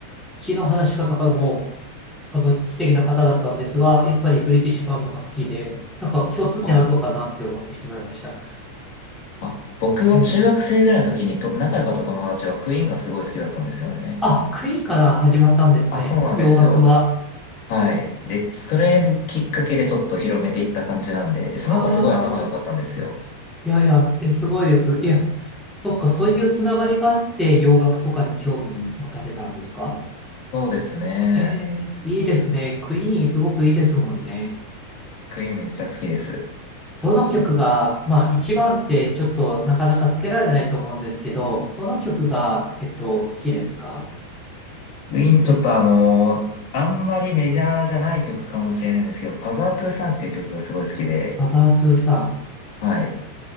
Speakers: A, in the centre; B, on the left (about 50°).
A: 昨日話し方からも、あの、知的な方だったんですが、やっぱりブリティッシュバンドが好きで、なんか共通点あるのかなって思ってしまいました。
B: ああ、僕が中学生ぐらいの時にと仲良かった友達がクイーンがすごい好きだったんですよね。
A: えーあ、クイーンから始まったんですね。
B: あ、そうなんですよ。
A: 洋楽は。
B: はい。で、それきっかけでちょっと広めていった感じなんで、で、その子すごい頭良かったんですよ。
A: ああ、いやいや、え、すごいです。いや、そっか、そういうつながりがあって洋楽とかに興味持たれたんですか
B: そうですね。
A: えー、いいですね。クイーンすごくいいですもんね。
B: クイーンめっちゃ好きです。
A: どの曲が、まあ一番ってちょっとなかなかつけられないと思うんですけど、どの曲が、えっと、好きですか
B: クイーンちょっとあのーあんまりメジャーじゃない曲かもしれないんですけど、
A: クイーン。
B: ファザートゥーサンっていう曲がすごい好きで、
A: バタートゥーさ
B: はい。